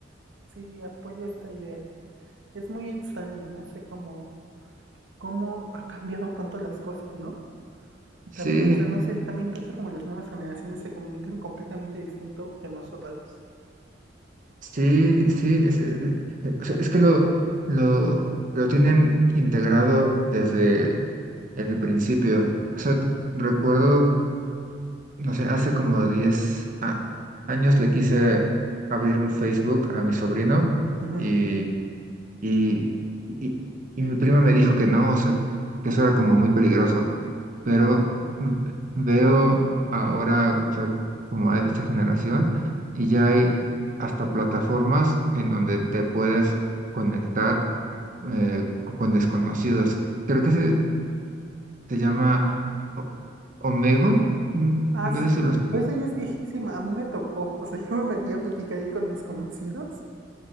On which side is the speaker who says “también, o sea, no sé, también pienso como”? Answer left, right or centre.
Right